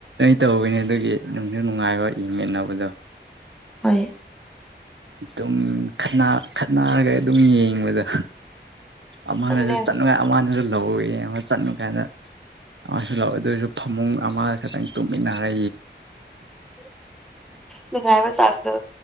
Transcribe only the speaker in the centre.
ꯍꯣꯏ
ꯑꯗꯨꯅꯦ
ꯅꯨꯡꯉꯥꯏꯕ ꯆꯥꯡꯗꯣ